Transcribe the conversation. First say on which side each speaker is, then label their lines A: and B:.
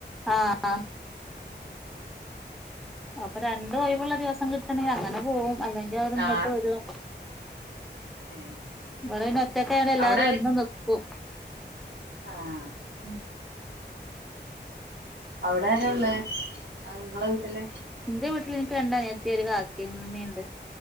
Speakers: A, in the centre; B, on the right.
A: ആഹ് ആഹ് അപ്പൊ രണ്ടും ഒഴിവുള്ള ദിവസം കിട്ടണെങ്കിൽ അങ്ങനെ പോവും അല്ലെങ്കിൽ അവരിങ്ങട്ട്
B: ആ
A: വരും
B: ഏ
A: ഇവിടെ പിന്നെ ഒറ്റക്കയോണ്ട് എല്ലാരും
B: അവിടെ
A: വന്ന് നിക്കും
B: ആഹ്
A: ഉം
B: അവിടെ ആരാ ഉള്ളേ നിങ്ങളെ വീട്ടില്
A: എന്റെ വീട്ടില് എനിക്ക് രണ്ട് അനിയത്തി ഒരു കാക്കി ഉമ്മിംണ്ട്